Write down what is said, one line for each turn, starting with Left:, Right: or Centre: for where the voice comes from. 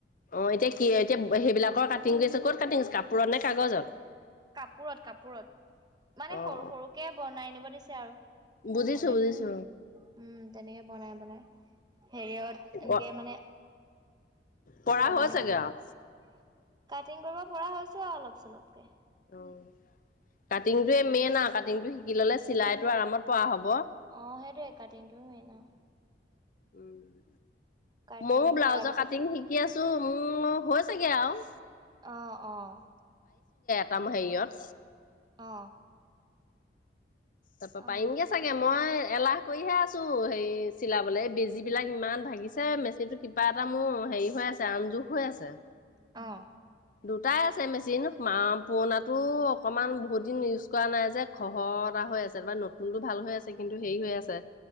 Left: অ, এতিয়া কি এতিয়া সেইবিলাকৰ কাটিং গ আছে। ক'ত কাটিং আছে কাপোৰত নে কাগজত।
Right: কাপোৰত-কাপোৰত মানে
Left: অ',
Right: সৰু সৰুকে বনাই নিব দিছে আৰু
Left: বুজিছো
Right: মডেল
Left: বুজিছো
Right: উম তেনেকে বনাই-বনাই। হেৰিয়ত এনেকে
Left: অ',
Right: মানে
Left: পৰা
Right: লগাই
Left: হৈছেগে
Right: নিব লাগিব।
Left: আৰু
Right: কাটিং কৰিব পৰা হৈছো আৰু অলপ চলপকে
Left: অ', কাটিংটো মেইন আৰু কাটিংটো শিকি ললে চিলাইটো আৰামত পৰা হ'ব।
Right: অ সেইটোৱে কাটিং টো মেইন আউ
Left: উম,
Right: কাটিংটো
Left: ময়ো ব্লাউজৰ
Right: কৰাৰ পিছতে
Left: কাটিং শিকি আছো। উম হৈচেগে আৰু।
Right: অ', অ',
Left: একদম হেৰিয়ত
Right: অ।
Left: তাৰপৰা
Right: অ
Left: পাৰিমগে
Right: অ
Left: চাগে মই এলাহ কৰিহে আছোঁ হেৰি চিলাবলে এই পিজ। বিলাক ইমান ভাগিছে মেচিনতো কিবা এটা মোৰ হেৰি হৈ আছে। আম যোক হৈ আছে।
Right: অ।
Left: দুটাই আছে মেচিন পুৰণাতো অকমান বহুত দিন ইউজ কৰা নাই যে, খহৰ। <unintelligible> এটা হৈ আছে তাৰ নতুনতো ভাল হৈ আছে কিন্তু হেৰি হৈ আছে।